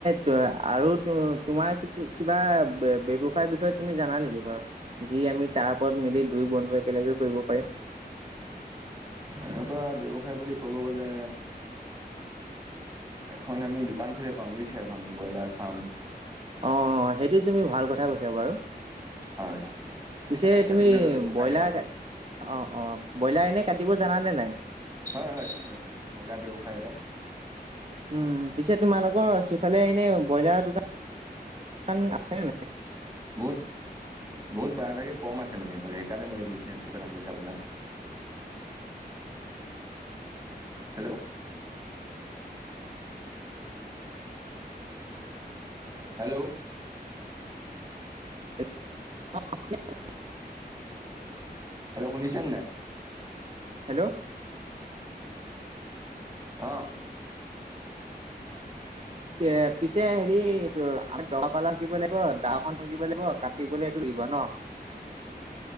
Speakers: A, on the right; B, on the right.
A: ত আৰু তোমাৰ কিছু কিবা ব্যৱসায়ৰ বিষয়ে তুমি জানা নেকি বাৰু যি আমি তাৰ ওপৰত মিলি দুইয়ো বন্ধু একেলগে কৰিব পাৰিম। <unintelligible>
B: এনেকুৱা ব্যৱসায় বুলি ক'ব গ'লে এখন আমি দোকান খুলিব পাওঁ বুজিছে এখন ব্ৰইলাৰ ফাৰ্ম।
A: অঁ সেইটো তুমি ভাল কথা কৈছা বাৰু
B: হয়
A: পিছে
B: সেইটোতো
A: তুমি
B: এটা ব্যৱসায়
A: বইলাৰ
B: হয়।
A: কাট, অ অ। বইলাৰ এনে কাটিব জানানে নাই?
B: হয় হয় হয়, বইলাৰ ব্যৱসায় এটা
A: উম পিছে তোমালোকৰ সিফালে এনে বইলাৰৰ দোকান‌ কান আছে নে নাই?
B: বহুত। বহুত প্ৰায়ভাগে কম আছে মানে এইফালে সেইকাৰণে মই এই বিজনেছটোৰ কথা কৈছোঁ আপোনাক। Hello hello.
A: <unintelligible>
B: হেল্ল', শুনিছে নে নাই?
A: হেল্ল'।
B: অ'।
A: এ পিছে হেৰি আমি দকা পালা থাকিব লাগিব, দা এখন থাকিব লাগিব কাটিবলে এইটো দিব ন?